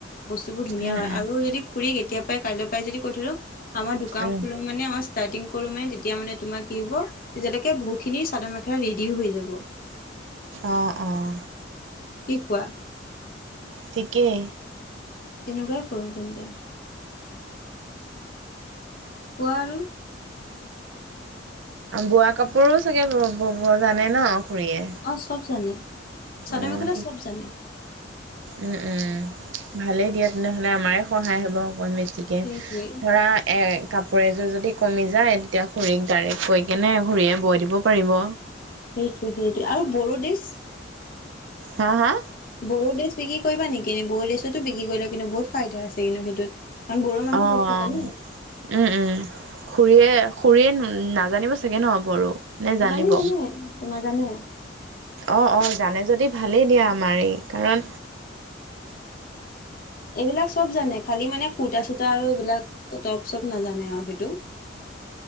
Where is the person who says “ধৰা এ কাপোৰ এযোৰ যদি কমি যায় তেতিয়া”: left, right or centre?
Right